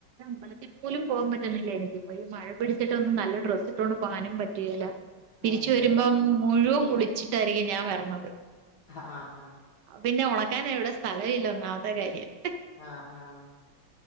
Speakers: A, on the right; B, on the left.
A: അമ്പലത്തിൽ പോലും പോവാൻ പറ്റ്ന്നില്ല എനിക്കിപ്പ ഈ മഴ പിടിച്ചിട്ടൊന്നും നല്ല ഡ്രസ്സ് ഇട്ടൊണ്ട് പോനും പറ്റുകേല പിരിച്
B: അതെ
A: വരുമ്പം മുഴുവ കുളിച്ചിട്ടായിരിക്കും ഞാൻ വരണത്
B: അ ആ
A: പിന്നെ ഉണക് ക്കാനെ എവിടെ സ്ഥലം ഇല്ല ഒന്നാവാത്തെ കാര്യം
B: ആ ആഹ്